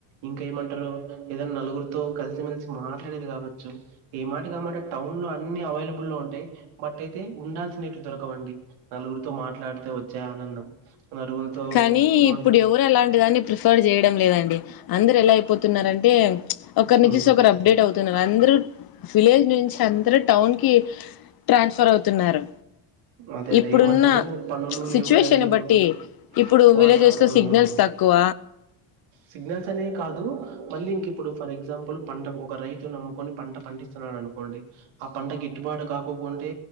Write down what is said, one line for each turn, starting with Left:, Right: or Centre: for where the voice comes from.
Right: ఇంకా ఏమంటారు ఏదైనా నలుగురితో కలిసిమెలిసి మాట్లాడేది కావచ్చు ఏ మాటి కామాట టౌన్ లో అన్ని అవైలబుల్ లో ఉంటాయి బట్ అయితే ఉండాల్సి నేటివి దొరకవండి నలుగురితో మాట్లాడితే వచ్చే ఆనందం నలుగురితో
Left: కానీ
Right: ఏమంటారు
Left: ఇప్పుడు ఎవరు అలాంటి దాన్ని ప్రిఫర్ చేయ లేదండి అందరు ఎలా అయిపోతున్నారంటే ప్చ్ ఒకరినీ
Right: ఉమ్
Left: చూసి ఒకరు అప్డేట్ అవుతున్నారు అందరు విలేజ్ నుంచి అందరు టౌన్ కి ట్రాన్స్ఫర్ అవుతున్నారు
Right: అదే అదే
Left: ఇప్పుడున్న
Right: ఏమంటారు పనులు
Left: సిచ్యువేషన్
Right: లేవు కదండి ఇప్పుడు
Left: బట్టి
Right: కొంచెం
Left: ఇప్పుడు
Right: వాటర్
Left: విలేజెస్ లో
Right: ఉమ్
Left: సిగ్నల్స్ తక్కువ
Right: సిగ్నల్స్ అనేవి కాదు మళ్ళీ ఇంక ఇప్పుడు ఫర్ ఎగ్జాంపుల్ పంట ఒక రైతు నమ్ముకొని పంట పండిస్తున్నాడు అనుకోండి ఆ పంట గిట్టు బాటు కాకోకుంటే